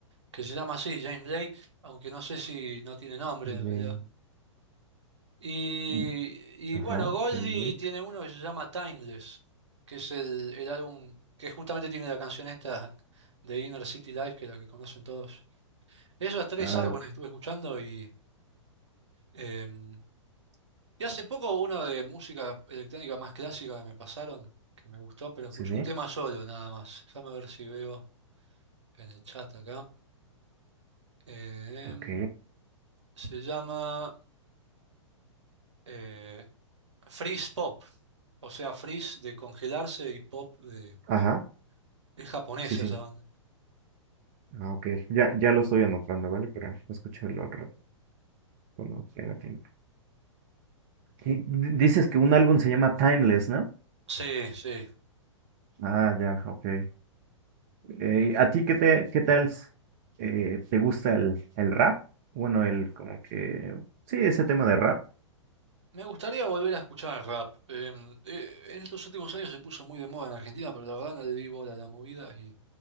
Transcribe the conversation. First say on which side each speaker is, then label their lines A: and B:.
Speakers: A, on the right; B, on the right.
A: que se llama así, James Blake, aunque no sé si no tiene nombre en
B: Jane-
A: realidad. Y,
B: mm, ajá,
A: y bueno, Goldie
B: Jane Drake,
A: tiene uno que se llama Timeless, que es el, el álbum que justamente tiene la canción esta de Inner City Life, que es la que conocen todos. Esos tres
B: ah,
A: álbumes estuve escuchando y, eh, y hace poco uno de música electrónica más clásica que me pasaron, que me gustó, pero escuché
B: sí, sí,
A: un tema solo nada más. Déjame ver si veo en el chat acá. Em,
B: ok,
A: se llama eh, Freeze Pop, o sea, Freeze de congelarse y Pop de
B: ajá,
A: pop. Es japonesa
B: sí, sí,
A: esa banda.
B: ah, ok, ya, ya lo estoy anotando, ¿vale? Para escucharlo al rato, cuando tenga tiempo. Y dices que un álbum se llama Timeless, ¿no?
A: Sí, sí.
B: Ah, ya, ok. Eh, ¿a ti qué te, qué tal s- eh, te gusta el, el rap? Bueno, el como que sí, ese tema de rap.
A: Me gustaría volver a escuchar el rap. Em, eh, en estos últimos años se puso muy de moda en Argentina, pero la verdad no le di bola a la movida. Y